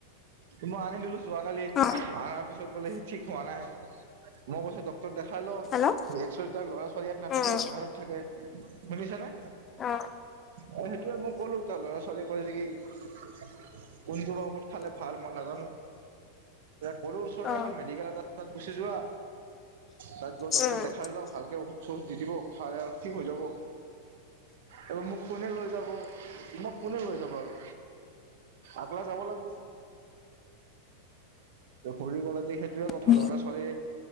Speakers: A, on the right (about 55°); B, on the left (about 25°).
A: মই আনি দিলো যোৱাকালি
B: অ
A: ভা পিছত বোলে সি ঠিক হোৱা নাই। মই কৈছো ডক্তৰক দেখাই ল।
B: হেল্ল'
A: <unintelligible> তাৰ ল'ৰা ছোৱালী ইয়াত নাথাকে,
B: উম
A: বাহিৰত থাকে শুনিছ নে?
B: অ
A: অ সেইটো মই কলো তাৰ ল'ৰা ছোৱালী কৰে কি? <unintelligible> কোনটো বা ঔষধ খালে ভাল মই নাজানো। কলো ওচৰতে
B: অ
A: এখন মেডিকেল আছে, এ তাত গুচি যোৱা। তাত গৈ ডক্টৰক
B: উম
A: দেখাই লওঁ। ভালকৈ ঔষধ চৌষধ দি দিব খায় আৰু ঠিক হৈ যাব। এইবাৰ মোক কোনে লৈ যাব তুমাক কোনে লৈ যাব আৰু, আগলা যাব লাগব। কৰি গ'লে যে সেইটোয়ে কথা
B: উম
A: লৰা- ছোৱালী